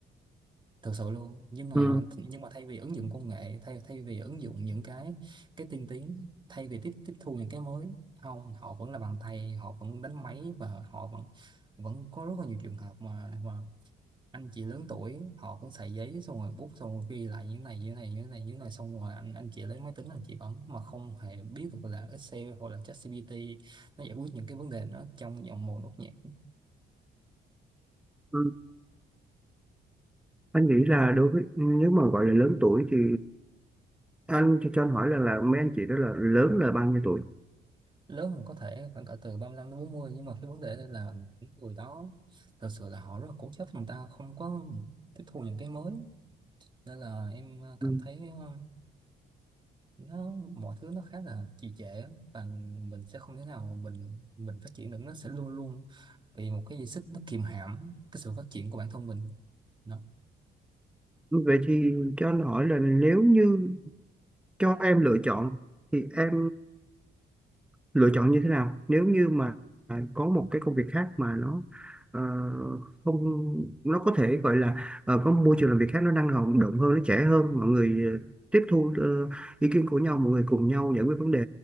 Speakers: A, on the right (about 25°); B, in the centre.
A: thực sự luôn nhưng mà
B: ừ,
A: nhưng mà thay vì ứng dụng công nghệ thay thay vì ứng dụng những cái cái tiên tiến thay vì tiếp tiếp thu những cái mới không họ vẫn là bằng tay họ vẫn đánh máy và họ vẫn vẫn có rất là nhiều trường hợp mà mà anh chị lớn tuổi họ cũng xài giấy xong rồi bút xong rồi ghi lại như này như này như này như này xong rồi anh anh chị lấy máy tính anh chị bấm mà không hề biết được là Excel hoặc là ChatGPT nó giải quyết những cái vấn đề đó trong vòng một nốt nhạc
B: ừ. Anh nghĩ là đối với nếu mà gọi là lớn tuổi thì anh cho cho anh hỏi là là mấy anh chị đó là lớn là bao nhiêu tuổi?
A: lớn hơn có thể khoảng cỡ từ ba lăm đến bốn mươi nhưng mà cái vấn đề đây là những người đó thực sự là họ rất là cố chấp người ta không có tiếp thu những cái mới nên là em ờ, cảm
B: Ừ.
A: thấy ờ, nó mọi thứ nó khá là trì trệ á, và mình sẽ không thể nào mà mình mình phát triển được nó sẽ luôn luôn bị một cái gì xích nó kìm hãm cái sự phát triển của bản thân mình đó
B: Vậy thì cho anh hỏi là nếu như cho em lựa chọn thì em lựa chọn như thế nào nếu như mà có một cái công việc khác mà nó ờ, không nó có thể gọi là ờ, có môi trường làm việc khác nó năng động động hơn nó trẻ hơn mọi người ờ, tiếp thu ờ, ý kiến của nhau mọi người cùng nhau giải quyết vấn đề